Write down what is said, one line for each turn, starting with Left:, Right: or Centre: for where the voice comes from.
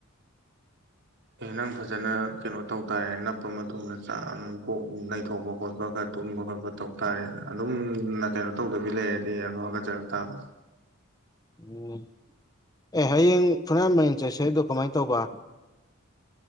Right: ꯑꯦ ꯅꯪ ꯐꯖꯅ ꯀꯩꯅꯣ ꯇꯧ ꯇꯥꯔꯦ ꯅꯞꯄ ꯃꯇꯨꯡꯗ ꯆꯥꯝ ꯀꯣꯛ ꯅꯩꯊꯣꯛꯄ ꯈꯣꯠꯄ ꯈꯔ ꯇꯨꯝꯕ ꯈꯣꯠꯄ ꯇꯧ ꯇꯥꯔꯦꯅ ꯑꯗꯨꯝ ꯀꯩꯅꯣ ꯇꯧꯗꯕꯤ ꯂꯩꯔꯗꯤ ꯑꯗꯨꯝ ꯍꯥꯒꯠꯆꯔꯛ ꯇꯥꯕ
Left: ꯎꯝ ꯑꯦ ꯍꯌꯦꯡ ꯐꯨꯅꯥꯟ ꯃꯔꯤꯡ ꯆꯠꯁꯦ ꯍꯥꯏꯗꯣ ꯀꯃꯥꯏꯟ ꯇꯧꯕ